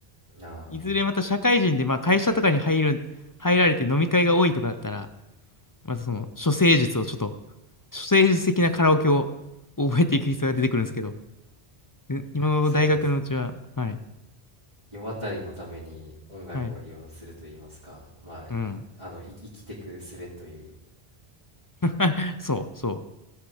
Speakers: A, on the right; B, on the left.
A: ああ
B: いずれまた社会人で、まあ会社とかに入る、入られて飲み会が多いとかだったら、まずその、処世術をちょっと、処世術的なカラオケを覚えていく必要が出てくるんですけど、で今の大学のうちは、
A: そうですね
B: はい、
A: 世渡りのために音楽を利用すると言いますかまあ
B: はい、うん。
A: あのい生きてく術という
B: <laughs> そう、そう。